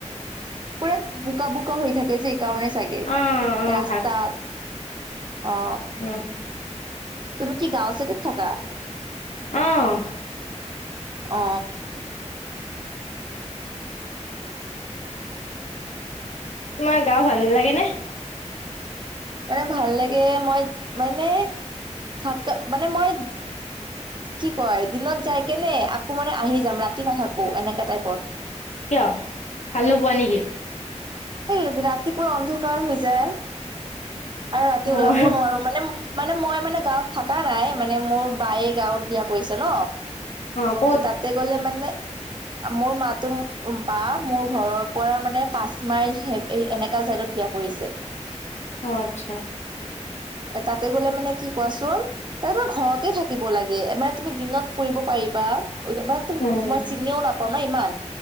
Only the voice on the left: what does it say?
অ', অ',
অ!
অহ,
তোমাৰ গাওঁ ভাল লাগে নে?
কিয় ভাল নোপোৱা নেকি?
অ',
অ', ক'ত?
অ আচ্ছা!
উম,